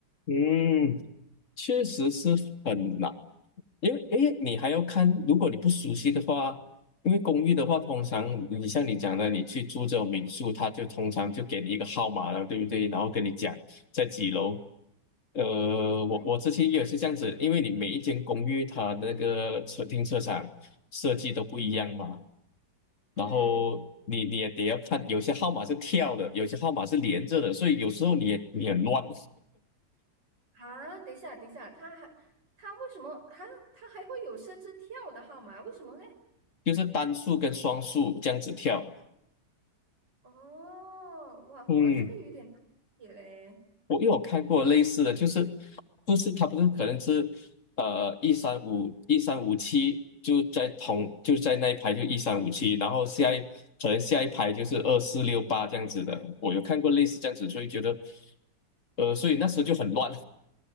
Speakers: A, on the left; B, on the right.
A: 嗯，确实是很难。因为诶，你还要看，如果你不熟悉的话，因为公寓的话，通常你像你讲的，你去住这种民宿，他就通常就给你一个号码了，对不对？然后跟你讲在几楼。呃，我我之前也是这样子，
B: 对，
A: 因为你每一间公寓它的那个车停车场设计都不一样嘛，
B: 嗯，
A: 然后你你也得要看，有些号码是跳的，有些号码是连着的，所以有时候你也你很乱，
B: 啊，等一下，等一下，他还他为什么啊？他还会有设置跳的号码？为什么嘞？
A: 就是单数跟双数这样子跳。
B: 哦，哇，
A: 嗯，
B: 我这个有点难解嘞，
A: 我因为我看过类似的，就是不是他不是可能是呃一三五一三五七就在同就在那一排就一三五七，然后下一可能下一排就是二四六八这样子的，我有看过类似这样子，所以觉得呃，所以那时候就很乱，